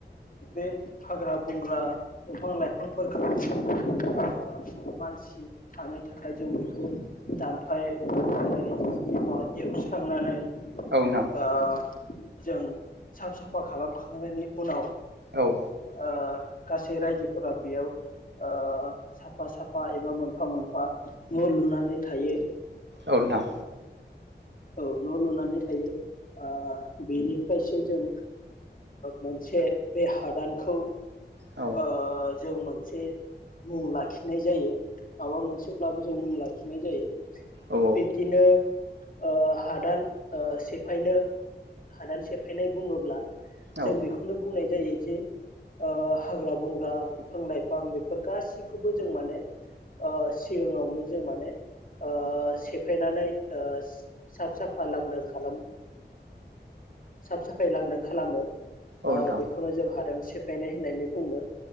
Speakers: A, on the left (about 50°); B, on the right (about 75°).
A: बे हाग्रा बंग्रा दंफां लाइफांफोरखौ मानसि थानो थाखाय जों बखौ दानफायनानै एबा एवस्रांनानै ओ
B: औ नोंथां
A: जों साफ साफा खालामखांनायनि उनाव
B: औ
A: ओ गासै रायजोफोरा बेयाव ओ साफा साफा एबा मोनफा मोनफा न लुनानै थायो
B: औ नोंथां
A: औ न लुनानै थायो ओ बेनि खायसो जों मोनसे बे हादानखौ
B: औ
A: ओ जों मोनसे मुं लाखिनाय जायो माबा मोनसेब्लाबो जों मुं लाखिनाय जायो
B: औ
A: बिदिनो ओ हादान सेफायनो हादान सेफायनाय बुंङोब्ला
B: औ
A: जों
B: औ
A: बेखौनो बुंनाय जायो जे ओ हाग्रा बंग्रा बिफां लाइफां बेफोर गाैखौबो जों माने सिगांङावनो जों माने ओ सेफायनानै ओ साफ साफा लांदां खालामो साफ साफाय लांदां खालामो
B: औ नोंथां
A: बेखौनो जों हादान सेफ फायनाय होननानै बुंङो